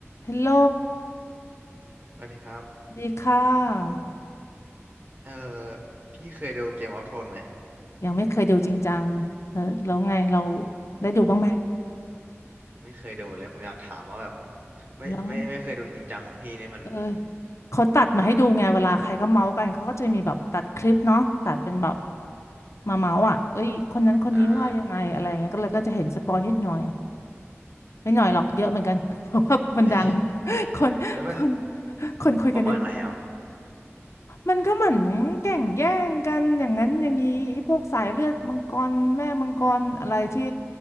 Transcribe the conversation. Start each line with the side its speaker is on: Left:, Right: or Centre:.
Left: ฮัลโหล
Right: สวัสดีครับ
Left: ดีค่ะ
Right: เออ พี่เคยดูเกมออฟโทนไหม
Left: ยังไม่เคยดูจริงจังแล้วแล้วไงเราได้ดูบ้างไหม
Right: ไม่เคยดูเลยผมอยากถามว่าแบบไม่ไม่ไม่เคยดูจริงจังของพี่นี่มัน
Left: แล้วเออเขาตัดมาให้ดูไงเวลาใครก็เมาส์กันเขาก็จะมีแบบตัดคลิปเนาะตัดเป็นแบบมาเมาส์อ่ะเอ้ยคนนั้นคนนี้ว่ายังไงอะไรเงี้ยก็เลยก็จะเห็นสปอยนิดหน่อย
Right: อ่า
Left: ไม่หน่อยหรอกเยอะเหมือนกัน
Right: อืม
Left: <laughs> เพราะว่ามันดัง
Right: <laughs> เอ้ย
Left: <laughs> คนคน
Right: แล้วมัน
Left: คนคุยกันเยอะ
Right: ประมาณไหนอ่ะ
Left: มันก็เหมือนแก่งแย่งกันอย่างนั้นอย่างนี้ไอ้พวกสายเลือดมังกรแม่มังกรอะไรที่